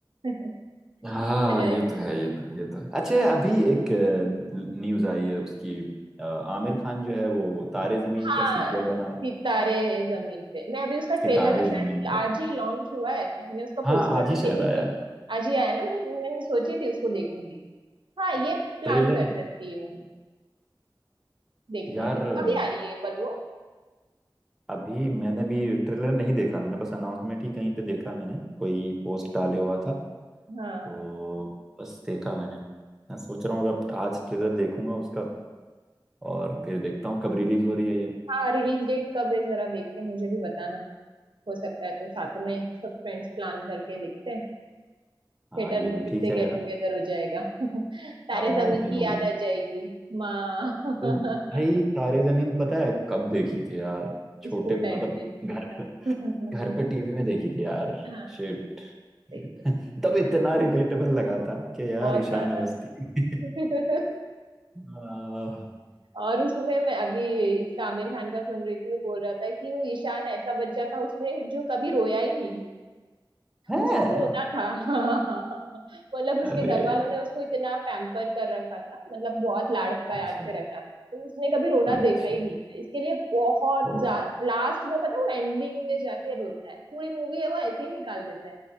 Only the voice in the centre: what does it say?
हाँ
ये
तो
है
ये तो है ये तो है अच्छा अभी एक न्यूज आई है उसकी अ, आमिर खान जो है वो तारे जमीन
का सीक्वल बना रहे हैं
सितारे
जमीन पर
हाँ
आज
ही शायद
आया
ट्रेलर
यार
अ,
अभी मैंने भी ट्रेलर नहीं देखा मैंने बस अनाउंसमेंट ही कहीं पे देखा मैंने कोई पोस्ट डाले हुआ था
तो बस देखा मैंने मैं सोच रहा हूँ अब आज ट्रेलर देखूंगा उसका और फिर देखता हूँ कब रिलीज हो रही है ये
हाँ
ये
भी
ठीक
है
यार
हाँ बहुत
दिन
हो
गए
तो भाई तारे जमीन पता है कब देखी थी यार छोटे
मतलब
घर पे
घर पे टीवी में देखी थी यार
शिट
<laughs> तब
इतना रिलेटेबल लगा था कि यार
ईशान
अवस्थी <laughs>
आ,
है
अरे
अच्छा
अच्छा
ओ